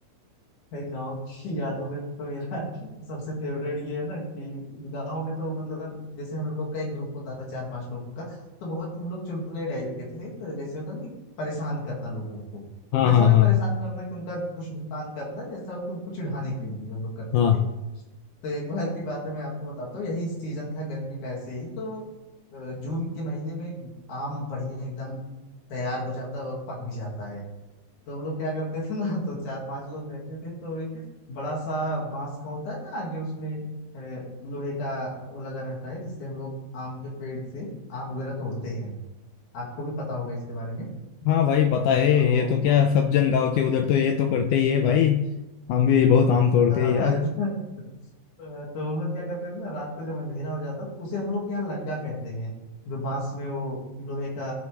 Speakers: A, on the left (about 65°); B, on the left (about 85°).
A: भाई गांव की यादों में तो मेरा <laughs> सबसे फेवरेट ये है ना कि गांव में तो मतलब जैसे हम लोग का एक ग्रुप होता था चार पांच लोग का तो बहुत हम लोग चुलबुले टाइप के थे तो जैसे होता ना परेशान करना लोगों को
B: हाँ
A: ऐसा
B: हाँ
A: नहीं
B: हाँ
A: परेशान करना कि उनका कुछ नुकसान करना जैसा हो कि उनको चिढ़ाने के लिए हम लोग करते
B: हाँ
A: थे तो एक बार की बात है मैं आपको बताता हूँ यही सीजन था गर्मी का ऐसे ही तो अ, जून के महीने में आम बढ़िया एकदम तैयार हो जाता है और पक भी जाता है तो हम लोग क्या करते थे ना तो चार पांच लोग रहते थे तो एक बड़ा सा बांस का होता है ना आगे उसमें अ, लोहे का वो लगा रहता है जिससे हम लोग आम के पेड़ से आम वगैरह तोड़ते हैं आपको भी पता होगा इसके बारे में
B: हाँ भाई पता है
A: तो
B: ये तो क्या सब जन गांव के उधर तो ये तो करते ही है भाई हम भी बहुत आम तोड़ते
A: अ, <laughs>
B: हैं यार
A: इधर- अ, तो हम लोग क्या करते थे ना रात को जब अंधेरा हो जाता तो उसे हम लोग के यहाँ लग्गा कहते हैं जो बांस में वो लोहे का